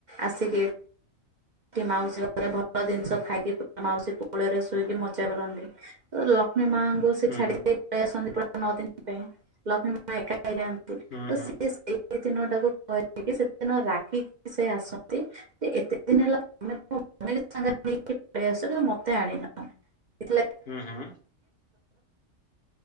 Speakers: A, on the right; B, on the left.
A: ଆସିକି କି ମାଉସୀ ଘରେ ଭଲ ଜିନିଷ ଖାଇକି ପୁରା ମାଉସୀ କୋଳରେ ଶୋଇକି ମଜା କରନ୍ତି। ଲକ୍ଷ୍ମୀ ମାଙ୍କୁ ସେ
B: ହୁଁ
A: ଛାଡି ଦେଇ ପଳେଇ ଆସନ୍ତି ପୁରା ନଅ ଦିନ ପାଇଁ ଲକ୍ଷ୍ମୀ ମା ଏକା ହେଇଯାଆନ୍ତି।
B: ହୁଁ
A: ତ
B: ହୁଁ
A: ସିଏ ସେଇ ଦିନ ଟାକୁ କୁହାଯାଏ କି ଦିନ ରାଗିକି ସେ ଆସନ୍ତି ସେ ଏତେ ଦିନ ହେଲା ଆମେ ତ ଭଉଣୀ ସାଙ୍ଗରେ ନେଇକି ଆସିଛ କିନ୍ତୁ ମତେ ଆଣିନ। <inaudible>
B: ହୁଁ ହୁଁ